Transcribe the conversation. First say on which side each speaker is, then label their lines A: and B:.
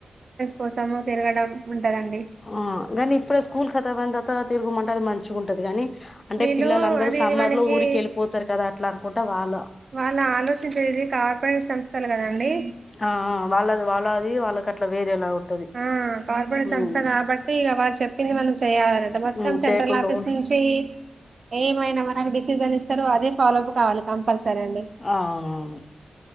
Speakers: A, on the right; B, on the left.
A: కోసం తిరగడం ఉంటదండి
B: ఆగానీ ఇప్పుడే స్కూల్ ఖతాబ్ అయి త తిరుగుమంటది మంచి చ్చుకుంటుది కానీ అంటే
A: వీళ్ళు
B: పిల్లలందరూ
A: అది
B: సమ్మర్
A: ఇది మనకి
B: లో ఊరికి వెళ్ళిపోతారు కదా అట్ అకుంటారు వాళ్ళ
A: వాళ్ళ ఆలోచించేది కార్పొరేట్ సంస్థలు కదండి
B: ఆ వాళ్ళది వాళ్ళది వాళ్ళకి అట్లా వేరేలా ఉంటది
A: ఆ కార్పొరే సంత
B: ఉమ్
A: కాబట్టి ఇగ వాళ్ళు చెప్ప ప మ చేయాలనంట మొత్తం
B: ఉమ్
A: సెంట్రల్
B: చేయకుండా
A: ఆఫీస్
B: ఉంట
A: నుంచి ఏమైనా మనకు డెసిషన్ ఇస్తారు మనకు ఫాలో అప్ కావాలి కోస్ తప్పల్సర అండి
B: అవునవును